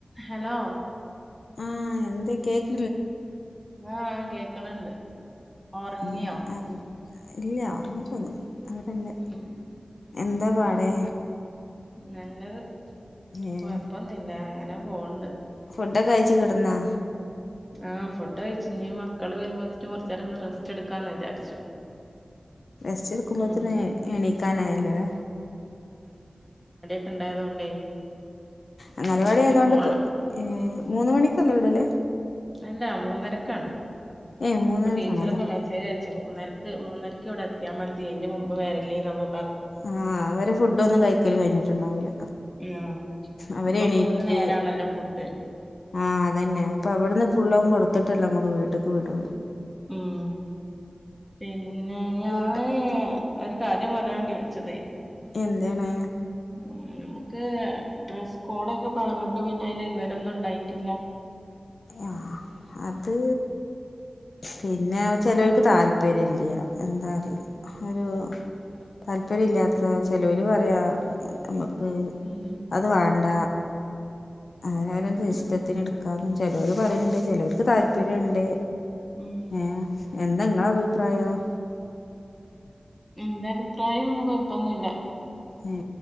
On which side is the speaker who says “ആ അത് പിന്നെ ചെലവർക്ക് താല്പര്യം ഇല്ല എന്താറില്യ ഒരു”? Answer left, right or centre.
Left